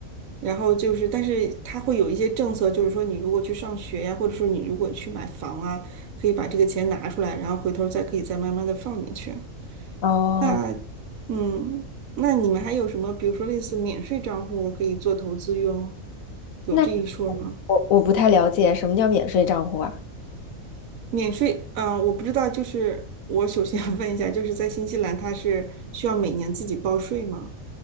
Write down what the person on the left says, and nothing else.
哦，
那我我不太了解什么叫免税账户啊？